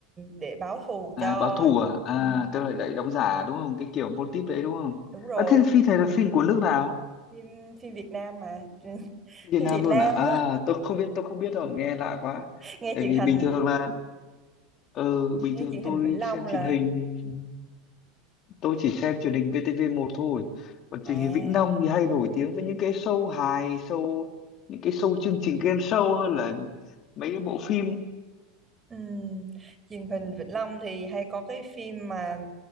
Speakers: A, on the right; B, on the left.
A: để báo thù
B: à,
A: cho
B: báo thù à à
A: ừ,
B: tức là lại đóng giả đúng không cái kiểu mô típ đấy đúng không
A: đúng rồi
B: à, thế phim này là phim của nước nào
A: phim phim Việt Nam mà <laughs>
B: Việt
A: phim
B: Nam
A: Việt
B: luôn
A: Nam
B: à? À,
A: á
B: tôi không biết, tôi không biết đâu, nghe lạ quá.
A: nghe
B: Tại
A: truyền
B: vì
A: hình
B: bình thường là, ờ, bình
A: nghe
B: thường
A: truyền hình
B: tôi
A: Vĩnh Long
B: xem
A: là
B: truyền hình, tôi chỉ xem truyền hình VTV1 thôi. Còn truyền
A: à
B: hình Vĩnh Long thì hay nổi tiếng với những cái show hài, show, những cái show chương trình game show hơn là mấy cái bộ phim.
A: Ừm, truyền hình Vĩnh Long thì hay có cái phim mà